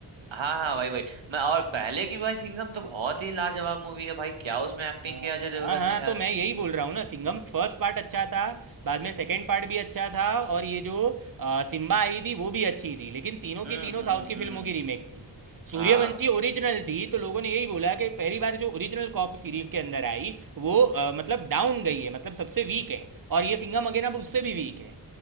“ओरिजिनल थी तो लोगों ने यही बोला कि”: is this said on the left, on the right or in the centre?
Right